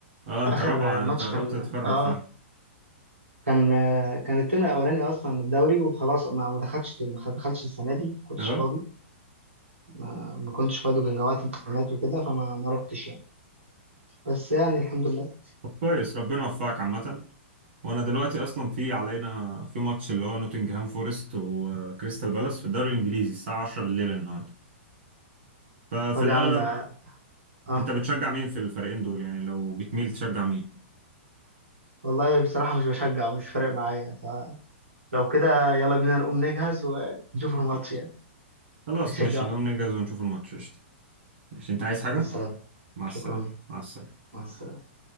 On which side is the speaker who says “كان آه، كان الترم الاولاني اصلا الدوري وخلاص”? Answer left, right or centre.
Right